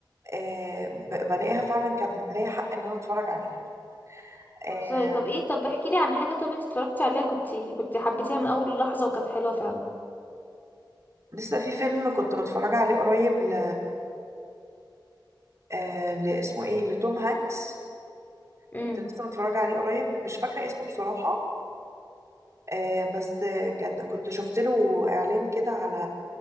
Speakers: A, on the right; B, on the left.
A: آه ب- بلاقيها فعلا كان ليا حق ان انا اتفرج عليها آه
B: هزاري طب ايه طب احكي لي عن حاجة طب انت اتفرجتي عليها كنت كنت حبيتيها من اول لحظة وكانت حلوة فعلا
A: لسه في فيلم كنت متفرجه عليه قريب ل آه لاسمه ايه لتوم هانكس
B: امم
A: كنت لسه متفرجه عليه قريب مش فاكره اسمه بصراحه آه بس آه، كان كنت شفت له اعلان كده على